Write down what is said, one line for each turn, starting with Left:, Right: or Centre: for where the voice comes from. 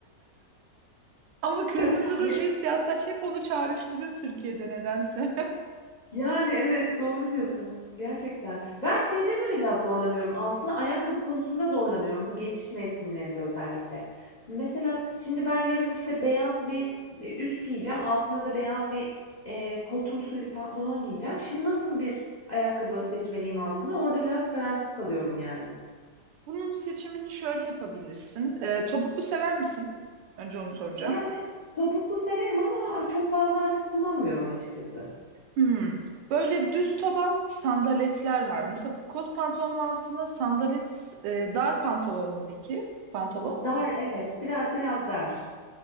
Right: Ama kırmızı
Left: <laughs>
Right: ruj ve siyah saç hep onu çağrıştırıyor Türkiye'de nedense.
Left: Yani, evet, doğru diyorsun gerçekten. Ben şeyde böyle biraz zorlanıyorum, altına ayakkabı konusunda zorlanıyorum bu geçiş mevsimlerinde özellikle. Mesela şimdi ben yarın, işte, beyaz bir, eee, üst giyeceğim, altına da beyaz bir, eee, kotumsu bir pantolon giyeceğim. Şimdi nasıl bir ayakkabı seçmeliyim altına? Orada biraz kararsız kalıyorum yani.
Right: Bunun seçimini şöyle yapabilirsin. Ee, topuklu sever misin? Önce onu soracağım.
Left: Yani, topuklu severim ama çok fazla artık kullanmıyorum açıkçası.
Right: Hmm. Böyle düz taban sandaletler var. Mesela kot pantolonun altına sandalet, e, dar pantolon mu peki? Pantolon.
Left: Dar, evet, biraz biraz dar.